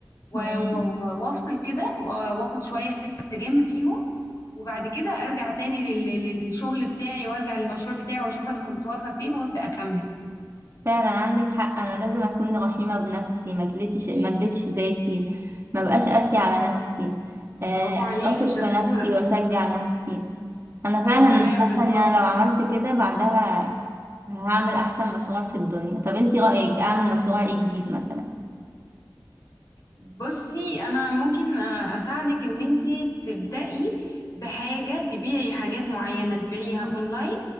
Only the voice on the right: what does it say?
مم.
فعلا عندك حق انا لازم اكون رحيمه بنفسي ما جلدش ما جلدش ذاتي ما بقاش قاسيه على نفسي
آه،
اثق
في نفسي واشجع نفسي انا فعلا
حاسه
ان انا لو عملت كده بعدها هعمل احسن مشروع في الدنيا طب انتي رايك اعمل مشروع ايه جديد مثلا